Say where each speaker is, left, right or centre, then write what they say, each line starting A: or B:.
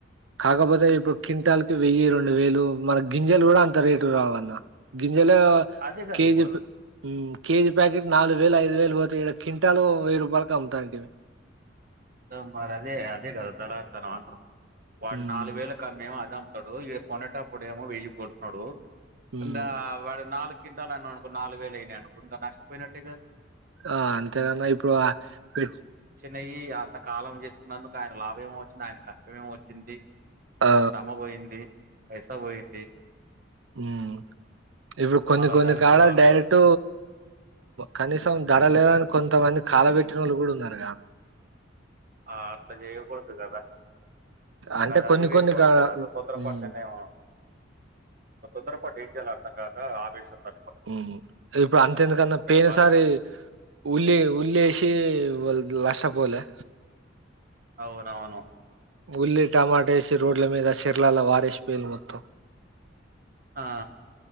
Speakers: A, on the right; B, on the right.
A: కాకపోతే ఇప్పుడు కింటాల కి వెయ్యి రెండు వేలు మన గింజలు కూడా అంత రేటు రావన్న గిం జలు
B: అదే గదిప్పుడు.
A: కేజీ మ్ కేజీ పాకెట్ నాలుగు వేలు, ఐదు వేలు పోతాయి ఇడ క్వింటాలో వెయ్యి రూపాయలకి అమ్ముతా అండి
B: దమ్ మరి అదే అదే కదా దలారుతనం అంటరు. వాడు
A: మ్
B: నాలుగు వేల కమ్మె అదా టడు ఇ కొనేటప్పుడు ఏమో వెయికొంటడు
A: మ్
B: ఇందా వాడు నాలు కింటాల అన్నావ్ అనుకో నాలుగు వేలు అయినా అనుకో ఇంక నష్టపోయినట్టేగా.
A: ఆ అంతేగాన్నా ఇప్పుడు ఆ టిఫ్
B: నయి అంత కాలం చేసుకున్నందుకు ఆయన లాభం ఏమో వచ్చింది. ఆయన కష్టం ఏమమి వచ్చింది.
A: ఆ
B: వ శమ పోయింది, వైసా పోయింది.
A: ఉమ్ ఇప్పుడు కొన్ని
B: మళ్ళ
A: కొన్ని
B: దానికి
A: కాలాలు
B: వాళ్ళు
A: డైరెక్ట్ కనీసం ధర లేదని కొంతమంది కాలబెట్టిన వాళ్ళు కూడా ఉన్నారు గా
B: ఆ అట్లా చెయ్యకూడదు గదా
A: అంటే
B: దా
A: కొన్ని
B: అవివేకం
A: కొన్ని కాడ
B: అయితది అదో తొందర పాటు
A: మ్
B: నిర్ణయం. తొందరపాటు ఏంజేయల అర్థం కాక ఆవేశం ద
A: ఉహు ఇప్పుడు అంతెందుకన్నా పెయిన
B: బాధ
A: సారి
B: ఇంకా
A: ఉల్లి ఉల్లేసి వాళ్ళు నష్టపోలే
B: అవునవును
A: ఉల్లి, టమాట వేసి రోడ్ల మీద సిర్లాల వారిష్ పెయలు మొత్తం
B: అ ఆ